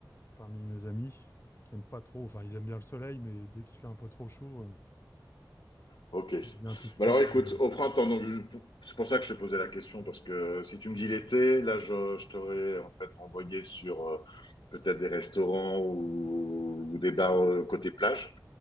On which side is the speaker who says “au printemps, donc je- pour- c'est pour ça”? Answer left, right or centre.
Left